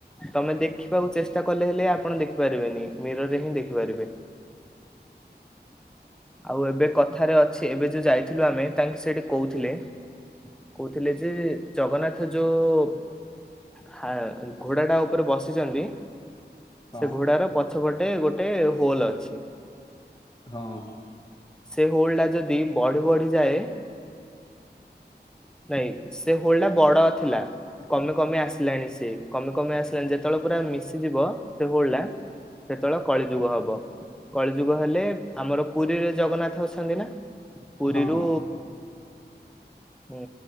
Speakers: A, in the centre; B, on the left (about 25°).
A: ତମେ ଦେଖିବାକୁ ଚେଷ୍ଟା କଲେ ହେଲେ ଆପଣ ଦେଖିପାରିବେନି ମିରର୍ ରେ ହିଁ ଦେଖିପାରିବେ। <inaudible> ଆଉ ଏବେ କଥାରେ ଅଛି ଏବେ ଯୋଉ ଯାଇଥିଲୁ ଆମେ ତାଙ୍କେ ସେଇଠି କହୁଥିଲେ କହୁଥିଲେ ଯେ ଜଗନ୍ନାଥ ଯୋଉ ହା ଘୋଡ଼ା ଟା ଉପରେ ବସିଛନ୍ତି
B: ହଁ
A: ସେ ଘୋଡାର ପଛପଟେ ଗୋଟେ ହୋଲ ଅଛି।
B: ହଁ।
A: ସେ ହୋଲ ଟା ଯଦି ବଢି ବଢି ଯାଏ ନାଇଁ ସେ ହୋଲ୍ ଟା ବଡ ଥିଲା। କମି କମି ଆସିଲାଣି ସେ। କମି କମି ଆସିଲାଣି ଯେତେବେଳେ ପୁରା ମିଶିଯିବ ସେ ହୋଲ୍ ଟା ସେତେବେଳେ କଳିଯୁଗ ହବ। କଳିଯୁଗ ହେଲେ ଆମର ପୁରୀରେ ଜଗନ୍ନାଥ ଅଛନ୍ତି ନା ପୁରୀରୁ
B: ହଁ ହଁ।
A: ହୁଁ